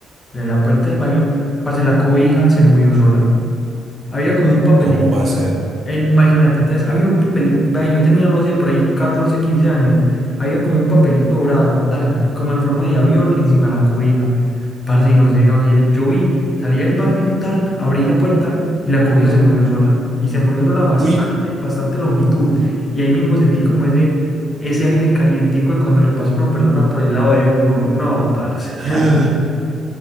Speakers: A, on the left; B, on the right.
A: de la puerta del baño, parce, la cobija se movió sola. Había como un papelito.
B: ¿Cómo va a ser?
A: eh, imagínate, entonces había un papelito. ve, Yo tenía, no sé, por ahí 14 15 años. Había como un papelito dorado, tal, como en forma de avión encima de la cobija. Parce, no sé, Gabriel. Yo vi, salí del baño, tan, abrí la puerta y la cobija se movió sola. Y se movió sola bastante,
B: Uy,
A: bastante longitud. Y ahí mismo sentí como ese, ese aire calientico de cuando le pasa a una persona por el lado de uno. No, parce.
B: <gasps>
A: <laughs>
B: <sighs>